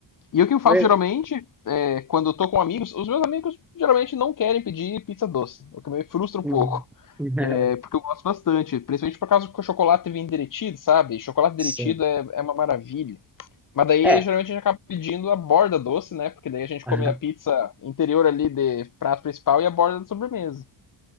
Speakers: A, on the left; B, in the centre.
A: E o que eu faço
B: Eu-
A: geralmente, é, quando eu tô com amigos, os meus amigos geralmente não querem pedir pizza doce, o que me frustra um
B: hum.
A: pouco.
B: <laughs>
A: É, porque eu gosto bastante, principalmente por causa que o chocolate vem derretido, sabe? Chocolate
B: Sim.
A: derretido é, é uma maravilha. Mas daí
B: É.
A: geralmente a gente acaba pedindo a borda doce, né? Porque daí a gente
B: <laughs>
A: come a pizza interior ali de prato principal e a borda de sobremesa.